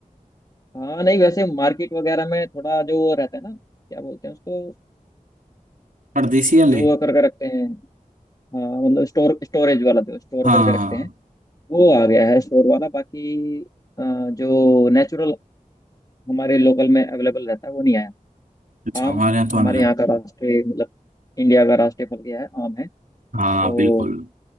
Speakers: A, on the left; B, on the right.
A: हाँ नहीं वैसे मार्केट वगैरह में थोड़ा जो रहता है ना क्या बोलते हैं उसको
B: परदेसी वाले
A: जो वो करके रखते हैं हाँ मतलब स्टोर स्टोरेज वाला जो स्टोर
B: हाँ
A: करके रखते हैं वो आ गया है स्टोर वाला बाकी अ, जो नेचुरल हमारे लोकल में अवेलेबल रहता है वो नहीं आया
B: अच्छा हमारे
A: आम
B: यहाँ तो आने
A: हमारे
B: लगे
A: यहाँ का राष्ट्रीय मतलब इंडिया का राष्ट्रीय फल क्या है आम है
B: हाँ
A: तो
B: बिल्कुल